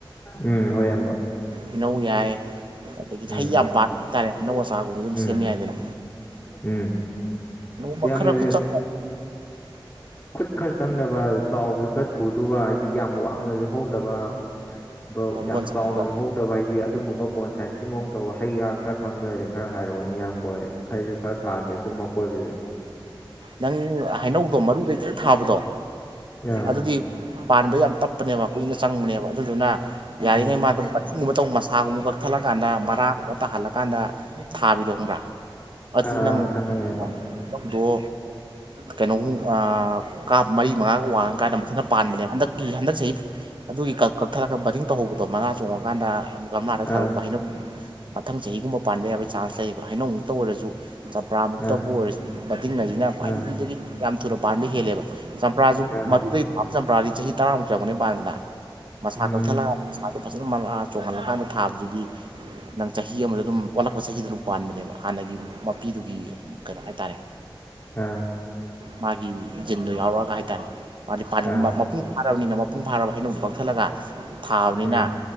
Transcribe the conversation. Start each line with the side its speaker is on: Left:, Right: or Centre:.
Left: ꯎꯝ ꯍꯣꯏ ꯏꯌꯥꯝꯕ
Right: ꯍꯅꯧ ꯌꯥꯏ ꯑꯗꯒꯤꯗꯤ
Left: ꯎꯝ
Right: ꯍꯩ ꯌꯥꯝ ꯄꯥꯟꯇꯥꯥꯔꯗꯤ ꯍꯩꯅꯧ ꯑꯆꯥꯔꯒꯨꯝꯕꯁꯨ ꯑꯗꯨꯝ
Left: ꯎꯝ
Right: ꯁꯦꯝ ꯌꯥꯏꯗꯅ
Left: ꯎꯝ
Right: ꯃꯈ
Left: ꯏꯌꯥꯝꯕꯁꯦ
Right: ꯈꯔ ꯈꯨ ꯆ
Left: ꯈꯨꯠ ꯈꯔ ꯆꯪꯗꯕ ꯆꯥꯎꯕꯁꯨ ꯈꯔ ꯊꯨꯗꯕ ꯍꯥꯏꯗꯤ ꯌꯥꯝ ꯋꯥꯡꯅꯁꯨ ꯍꯧꯗꯕ ꯕꯧ ꯌꯥꯝꯅ
Right: ꯕꯣꯟꯁꯥꯏꯗꯣ
Left: ꯆꯥꯎꯅꯁꯨ ꯍꯧꯗꯕ ꯍꯥꯏꯗꯤ ꯑꯗꯨꯒꯨꯝꯕ ꯕꯣꯟ ꯁꯥꯏꯟꯁꯀꯤ ꯃꯑꯣꯡ ꯇꯧꯕ ꯍꯩꯒ ꯈꯔ ꯈꯪꯕ ꯂꯩꯔꯦ ꯈꯔ ꯍꯥꯏꯔꯛꯑꯣꯅꯤ ꯏꯕꯣꯏ ꯑꯩꯩꯁꯨ ꯈꯔ ꯊꯥꯒꯦ ꯑꯗꯨꯨꯝ ꯑꯀꯣꯏꯕꯁꯦ
Right: ꯅꯪ ꯍꯥꯏꯩꯅꯧꯗꯣ ꯃꯔꯨꯗ ꯈꯤ ꯊꯥꯕꯗꯣ
Left: ꯑꯥ
Right: ꯑꯗꯨꯗꯤ ꯄꯥꯟꯕꯗ ꯌꯥꯝ ꯇꯞ ꯆꯄꯅꯦꯕ ꯀꯨꯏꯅ ꯆꯪꯕꯅꯦꯕ ꯑꯗꯨꯗꯨꯅ ꯌꯥꯔꯤꯉꯩ
Left: ꯎꯝ ꯑꯥ
Right: ꯃꯥ ꯑꯗꯨꯝ ꯏꯒꯨꯝꯕ ꯇꯧ ꯃꯁꯥꯒꯨꯝꯕ ꯀꯛꯊꯠꯂꯀꯥꯟꯗ ꯃꯔꯥꯒꯨꯝꯕ ꯇꯥꯍꯜꯂꯀꯥꯟꯗ ꯊꯥꯕꯤꯗꯧ ꯈꯪꯕ꯭ꯔꯥ ꯑꯁꯤ
Left: ꯑꯥ
Right: ꯅꯪꯗꯣ
Left: ꯈꯪ ꯈꯪꯉꯦ ꯏꯌꯥꯝꯕ
Right: ꯀꯩꯅꯣꯃꯨ ꯀꯥꯞ ꯃꯔꯤ ꯃꯉꯥꯒ ꯋꯥꯡꯉ ꯀꯥꯏꯗ ꯃꯊꯇ ꯄꯥꯟꯕꯅꯦꯕ ꯍꯟꯗꯛꯀꯤ ꯍꯟꯗꯛ ꯆꯍꯤ ꯑꯗꯨꯒꯤ ꯀ ꯀꯛꯊꯠꯂꯒ ꯕꯗꯤꯡ ꯇꯧꯍꯧꯕꯗꯣ ꯃꯅꯥ ꯆꯣꯡꯉꯀꯥꯟꯗ ꯒꯝꯂꯥꯗ
Left: ꯑꯥ
Right: ꯊꯥꯗꯣꯛꯄ ꯍꯩꯅꯨ ꯃꯊꯪ ꯆꯍꯤꯒꯨꯝꯕ ꯄꯥꯟꯕ ꯌꯥꯕꯒꯤ ꯆꯥꯟꯁ ꯂꯩꯌꯦꯕ ꯍꯥꯏꯅꯧ ꯇ ꯑꯣꯏꯔꯁꯨ ꯆꯝꯄ꯭ꯔꯥꯃꯨꯛꯇꯕꯨ
Left: ꯑꯥ
Right: ꯑꯣꯏꯔꯕꯗꯤꯤꯡꯅꯁꯤꯅ
Left: ꯑꯥ
Right: ꯑꯗꯨꯗꯤ ꯌꯥꯝ ꯊꯨꯅ ꯄꯥꯟꯕ ꯍꯦꯜꯂꯦꯕ ꯆꯝꯄ꯭ꯔꯥꯁꯨ
Left: ꯑꯥ
Right: ꯃꯔꯨꯗꯩ ꯊꯥꯕ ꯆꯝꯄ꯭ꯔꯥꯗꯤ ꯆꯍꯤ ꯇꯔꯥꯃꯨꯛ ꯆꯪꯄꯅꯤ ꯄꯥꯟꯕꯗ ꯃꯁꯥ
Left: ꯎꯝ
Right: ꯀꯛꯊꯠꯂꯀꯥꯟꯗ ꯃꯁꯥꯗꯣ ꯐꯖꯅ ꯃꯪꯉꯛꯑ ꯆꯣꯡꯍꯜꯂꯀꯥꯟꯗ ꯊꯥꯕꯗꯨꯗꯤ ꯅꯪ ꯆꯍꯤ ꯑꯃꯗ ꯑꯗꯨꯝ ꯑꯣꯜꯂꯛꯄ ꯆꯍꯤꯗ ꯑꯗꯨꯝ ꯄꯥꯟꯕꯅꯦꯕ ꯍꯥꯟꯅꯒꯤ ꯃꯄꯤꯗꯨꯒꯤ ꯀꯩꯅꯣ ꯍꯥꯏꯇꯥꯔꯦ
Left: ꯑꯥ
Right: ꯃꯥꯒꯤꯖꯤꯟꯗꯣ ꯌꯥꯎꯔꯛꯑꯒ ꯍꯥꯏꯇꯥꯔꯦ ꯃꯥꯗꯤ ꯄꯥ ꯃꯄꯨꯡ
Left: ꯑꯥ
Right: ꯐꯥꯔꯕꯅꯤꯅ ꯃꯄꯨꯡ ꯐꯥꯔꯕ ꯍꯥꯏꯅꯧ ꯀꯛꯊꯠꯂꯒ ꯊꯥꯕꯅꯤꯅ
Left: ꯎꯝ